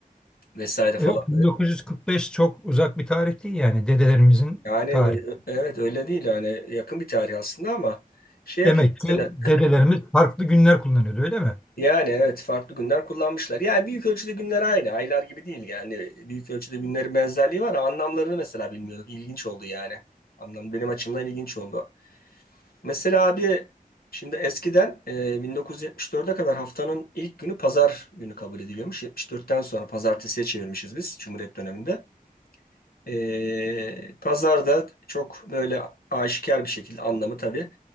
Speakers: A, on the left; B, in the centre.
A: vesaire falan
B: Evet 1945 çok uzak bir tarih değil yani dedelerimizin
A: Yani
B: tarihi.
A: e, e, evet öyle değil yani yakın bir tarih aslında ama şey yapayım
B: Demek
A: mesela
B: ki dedelerimiz farklı günler kullanıyordu öyle mi?
A: yani evet farklı günler kullanmışlar. Yani büyük ölçüde günler aynı aylar gibi değil yani büyük ölçüde günlerin benzerliği var ama anlamlarını mesela bilmiyorduk ilginç oldu yani anlam benim açımdan ilginç oldu. Mesela abi şimdi eskiden e, 1974'e kadar haftanın ilk günü pazar günü kabul ediliyormuş 74'ten sonra pazartesiye çevirmişiz biz Cumhuriyet döneminde. E, pazarda çok böyle aşikar bir şekilde anlamı tabii